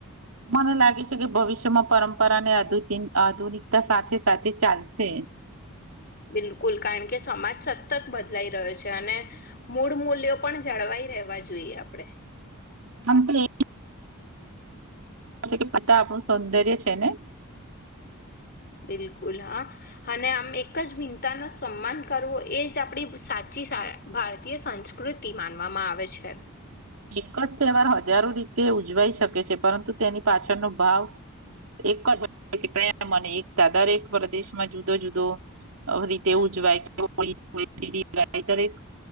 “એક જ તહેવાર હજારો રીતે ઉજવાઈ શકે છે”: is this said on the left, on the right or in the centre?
Right